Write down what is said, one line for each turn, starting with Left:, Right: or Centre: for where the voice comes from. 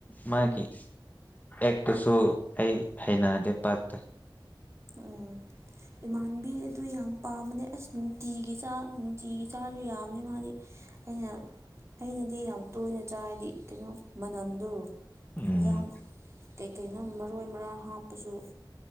Left: ꯃꯥꯒꯤ ꯑꯦꯛꯇꯨꯁꯨ ꯑꯩ ꯍꯩꯅꯗꯦ ꯄꯠꯇ
Right: ꯎꯝ ꯏꯃꯥꯟꯕꯤ ꯑꯗꯨ ꯌꯥꯝ ꯄꯥꯝꯕꯅꯦ ꯑꯁ ꯅꯨꯡꯇꯤꯒꯤ ꯆꯥ ꯅꯨꯡꯇꯤꯒꯤ ꯆꯥꯁꯨ ꯌꯥꯝꯅꯤ ꯃꯥꯗꯤ ꯑꯩꯅ ꯑꯩꯅꯗꯤ ꯌꯥꯝ ꯇꯣꯏꯅ ꯆꯥꯏꯔꯗꯤ ꯀꯩꯅꯣ ꯃꯅꯝꯗꯣ
Left: ꯎꯝ
Right: ꯏꯟꯁꯥꯡ ꯀꯩꯀꯩꯅꯣ ꯃꯔꯣꯏ ꯃꯔꯥꯡ ꯍꯥꯞꯄꯁꯨꯩ